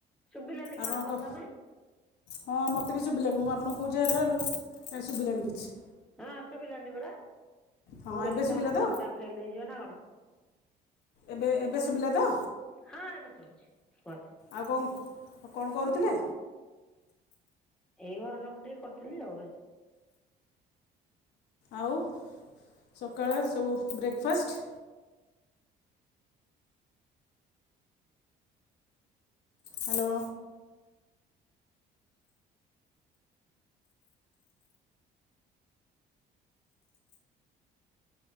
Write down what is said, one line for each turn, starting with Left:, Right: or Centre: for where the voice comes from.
Centre: ଶୁଭିଲାନି କଣ
Left: ଆପଣଙ୍କ
Centre: ପ୍ରଥମେ
Left: ହଁ ମୋତେ ବି ଶୁଭିଲାନି ମୁଁ ଆପଣଙ୍କୁ କହୁଛି ହାଲୋ ହାଲୋ ଏ ଶୁଭିଲାନି କିଛି।
Centre: ହଁ ଶୁଭିଲାନି ପରା।
Left: ହଁ
Centre: ମୁଁ କହିଲିି
Left: ଏବେ ଶୁଭିଲା
Centre: କଣ
Left: ତ
Centre: କଲ୍ ଟା ଫେଲ୍ ହେଇଯିବ ନା କଣ?
Left: ଏବେ ଏବେ ସୁୁଭିଲା ତ?
Centre: ହଁ ଏବେ ଶୁଭୁଛି କୁହନ୍ତୁ।
Left: ଆଉ କଣ, କଣ କରୁଥିଲେ?
Centre: ଏଇ ଘର କାମ ଟିକେ କରିଥିଲି ଆଉ।
Left: ଆଉ ସକାଳେ ସବୁ breakfast? Hello